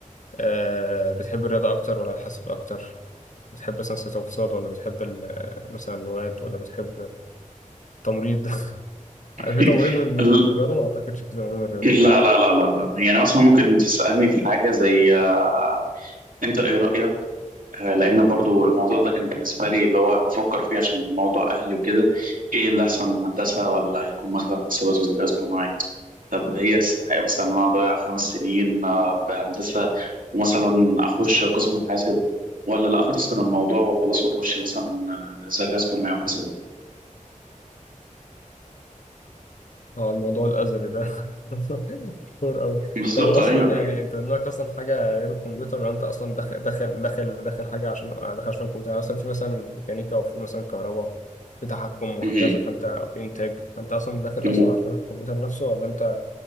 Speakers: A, on the left; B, on the right.
A: آه بتحب الرياضة أكتر ولا الحاسب أكتر؟ بتحب مثلا سياسة واقتصاد ولا بتحب ال- مثلا اللغات ولا بتحب تمريض؟ <laughs>
B: <laughs>
A: عارف في تمريض من من
B: ال-
A: الرياضة ما أعتقدش في تمريض من الرياضة
B: لا لا لا لا لا يعني مثلا ممكن تسألني في حاجة زي آه، انت ايه رأيك آه، لان برضو الموضوع ده كان بالنسبة لي اللي هو بفكر فيه عشان موضوع اهلي وكده ايه اللي احسن هندسة ولا هيكون مثلا حسابات وذكاء اصطناعي طب هي تستحق مثلا ان انا اضيع خمس سنين آه، في هندسة ومثلا اخش قسم حاسب ولا لا اختصر الموضوع وخلاص واخش مثلا آه، ذكاء اصطناعي وحاسبات
A: اه الموضوع الأزلي ده <laughs> مشهور أوي
B: بالظبط
A: طب هو
B: ايوه
A: أصلا يعني
B: يعني
A: أنت دماغك أصلا حاجة غير الكمبيوتر ولا أنت أصلا داخل داخل داخل داخل حاجة عشان آه، داخل عشان الكمبيوتر يعني مثلا في مثلا ميكانيكا وفي مثلا كهرباء في تحكم وهكذا
B: <laughs>
A: فأنت في إنتاج فأنت أصلا داخل
B: مهم.
A: أصلا عشان الكمبيوتر نفسه ولا أنت